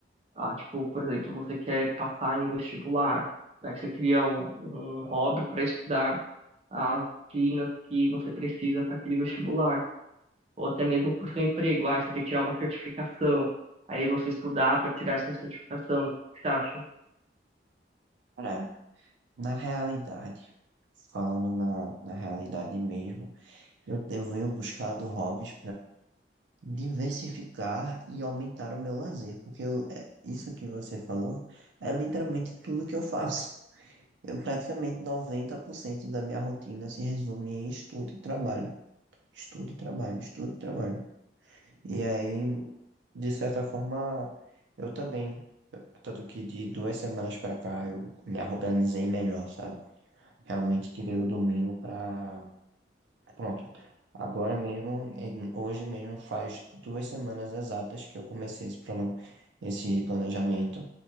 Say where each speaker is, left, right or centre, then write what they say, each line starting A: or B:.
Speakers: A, on the right; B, on the right.
A: a, tipo, por exemplo, você quer passar em um vestibular, daí você cria o- um hobby para estudar as disciplinas que você precisa para aquele vestibular, ou até mesmo para o seu emprego, ah, você tem que tirar uma certificação, aí você estudar para tirar essa certificação, o que você acha?
B: a parar. Na realidade, falando na, na realidade mesmo, eu, eu venho buscado hobbies diversificar e aumentar o meu lazer, porque eu- é, isso que você falou é literalmente tudo que eu faço. Eu praticamente 90% da minha rotina se resume em estudo e trabalho. Estudo e trabalho, estudo e trabalho. E aí, de certa forma, eu também, tanto que de duas semanas pra cá eu me organizei melhor, sabe? Realmente tirei o domingo pra. pronto Agora mesmo, em- hoje mesmo faz duas semanas exatas que eu comecei esse plano, esse planejamento,